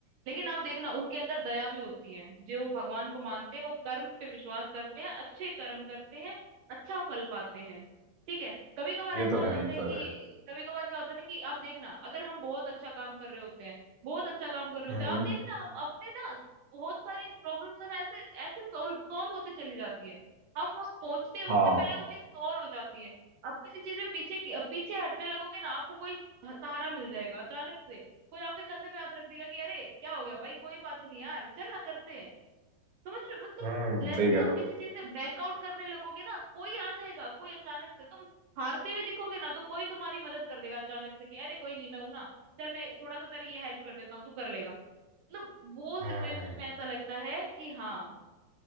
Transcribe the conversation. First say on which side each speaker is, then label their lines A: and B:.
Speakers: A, on the right (about 65°); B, on the right (about 25°).
A: लेकिन आप देखना उनके अंदर दया भी होती है जो भगवान को मानते हैं वो कर्म पे विश्वास करते हैं अच्छे कर्म करते हैं अच्छा फल पाते हैं ठीक है कभी कभार
B: ये
A: ऐसा
B: तो
A: हो
B: है
A: जाता
B: ये
A: है
B: तो
A: कि
B: है
A: कभी कभार क्या होता है ना कि आप देखना अगर हम बहुत अच्छा काम कर रहे होते हैं बहुत अच्छा काम कर रहे
B: हम्म
A: होते हैं
B: हम्म,
A: आप देखना हम अपने ना बहुत सारी प्रॉब्लम्स है ना ऐसे ऐसे सोल्व सोल्व होते चली जाती है हम वो पहुंचते हैं उससे
B: हाँ
A: पहले वो चीज सॉल्व हो जाती है आप किसी चीज में पीछे पीछे हटने लगोगे ना आपको कोई सहारा मिल जाएगा अचानक से कोई आपके कंधे पे हाथ रख देगा कि अरे क्या हो गया भाई कोई बात नहीं यार चल ना करते हैं समझ रहे हो मतलब
B: हम्म
A: जैसे
B: सही कह रहे
A: आप
B: हो
A: किसी चीज से बैकआउट करने लगोगे ना कोई आ जाएगा कोई अचानक से तुम हारते हुए दिखोगे ना तो कोई तुम्हारी मदद कर देगा अचानक से कि अरे कोई नहीं मैं हूं ना चल मैं थोड़ा सा तेरी ये हेल्प कर देता हूँ तू कर लेगा मतलब वो सिचुएशन
B: हम्म
A: में ऐसा लगता है कि हाँ